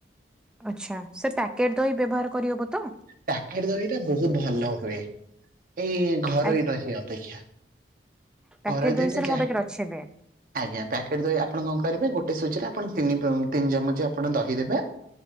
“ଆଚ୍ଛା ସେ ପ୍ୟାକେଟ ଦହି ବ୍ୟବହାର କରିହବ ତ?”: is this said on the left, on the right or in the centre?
Centre